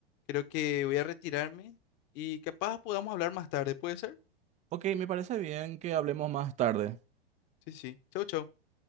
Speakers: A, on the left; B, on the right.
A: creo que voy a retirarme y capaz podamos hablar más tarde, ¿puede ser?
B: Ok, me parece bien que hablemos más tarde.
A: Sí, sí. Chau, chau.